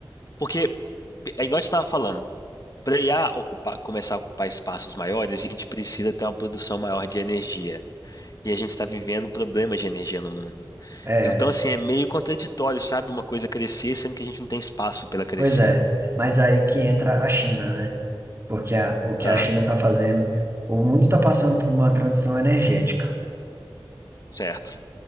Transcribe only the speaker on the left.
Porque é igual a gente estava falando, Para IA ocupar, começar a ocupar espaços maiores, a gente precisa ter uma produção maior de energia. E a gente está vivendo problemas de energia no mundo.
Então, assim, é meio contraditório, sabe? Uma coisa crescer, sendo que a gente não tem espaço para ela crescer.
Ah,
certo.